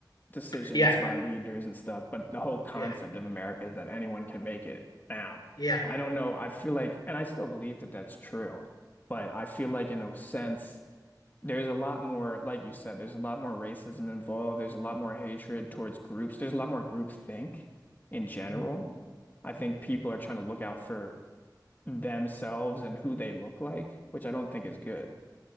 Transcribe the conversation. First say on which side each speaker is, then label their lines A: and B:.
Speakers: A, on the left; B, on the left.
A: decisions
B: yeah
A: by leaders and stuff, but the whole concept
B: yeah
A: of America is that anyone can make it now.
B: yeah
A: I don't know. I feel like, and I still believe that that's true, but I feel like in a sense, there's a lot more, like you said, there's a lot more racism involved. There's a lot more hatred towards groups. There's a lot more groupthink in general.
B: hmm
A: I think people are trying to look out for themselves and who they look like, which I don't think is good.